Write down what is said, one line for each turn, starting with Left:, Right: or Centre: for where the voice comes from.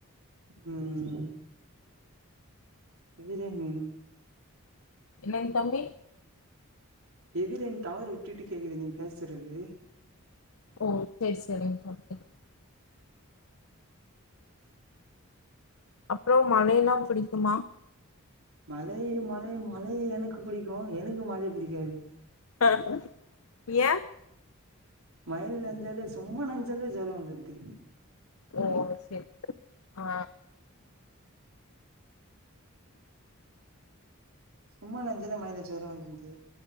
Right: உம் எவி ரெய்ன்
Left: என்னங் தம்பி
Right: எவிரெய்ன் டவர் விட்டுட்டு கேக்குது நீங் பேசறது
Left: ஓ சேரி சேரிங் தம்பி அப்றோ மழைன்னா புடிக்குமா
Right: மழை மழை மழை எனக்கு புடிக்கு எனக்கு மழை புடிக்காது
Left: ஆஹ ஏ
Right: மழைல் நஞ்சாலே சும்மா நஞ்சாலே ஜெர வந்துடுது
Left: ஓ சேரி சேரி ஆ
Right: சும்மா நஞ்சுல மழேல ஜொரோ வந்துருது